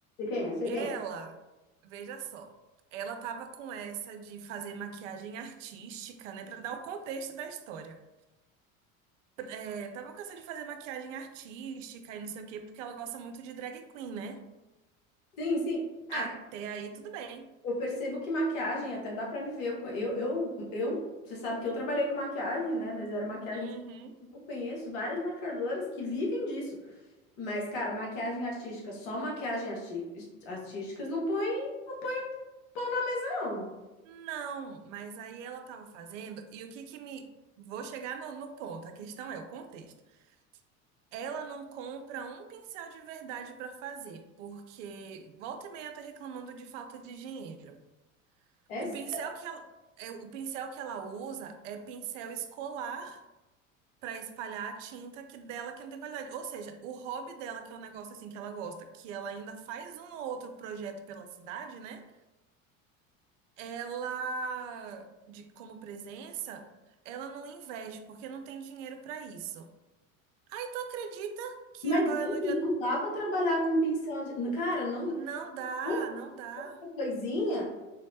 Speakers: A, on the left (about 60°); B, on the right (about 60°).
A: quem é, sei
B: Ela,
A: quem é.
B: veja só, ela tava com essa de fazer maquiagem artística, né? Pra dar o contexto da história. É, tava com essa de fazer maquiagem artística e não sei o quê, porque ela gosta muito de drag queen, né?
A: Sim, sim. Ah,
B: Até
A: cara,
B: aí, tudo bem.
A: eu percebo que maquiagem até dá pra viver. Eu, co- eu, eu, eu- você sabe que eu trabalhei com maquiagem, né? Mas era maquiagem.
B: Uhum.
A: Eu conheço várias maquiadoras que vivem disso. Mas, cara, maquiagem artística, só maquiagem arti- artísticas não põe, não põe, não.
B: Não, mas aí ela tava fazendo, e o que que me. Vou chegar no, no ponto, a questão é o contexto. Ela não compra um pincel de verdade pra fazer, porque volta e meia tá reclamando de falta de dinheiro.
A: É
B: O
A: sério.
B: pincel que ela, é, o pincel que ela usa é pincel escolar pra espalhar a tinta que dela que não tem qualidade. Ou seja, o hobby dela, que é um negócio assim que ela gosta, que ela ainda faz um ou outro projeto pela cidade, né? ela, de como presença, ela não investe porque não tem dinheiro para isso. Aí tu acredita que
A: Mas,
B: agora
A: gente,
B: no dia
A: não dá pra trabalhar com pincel de... Cara, não...
B: não dá,
A: Uma
B: não dá.
A: coisinha,